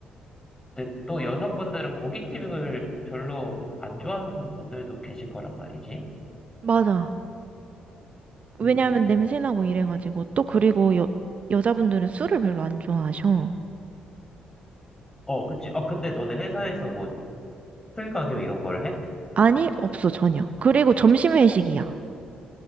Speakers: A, on the left; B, on the right.
A: 근데 또 여성분들은 고깃집을 별로 안 좋아하는 분들도 계실 거란 말이지.
B: 맞아. 왜냐하면
A: 음.
B: 냄새나고 이래가지고. 또 그리고 여, 여자분들은 술을 별로 안 좋아하셔.
A: 어, 그치. 아, 근데 너네 회사에서 뭐, 술 강요 이런 걸 해?
B: 아니, 없어, 전혀. 그리고 점심 회식이야.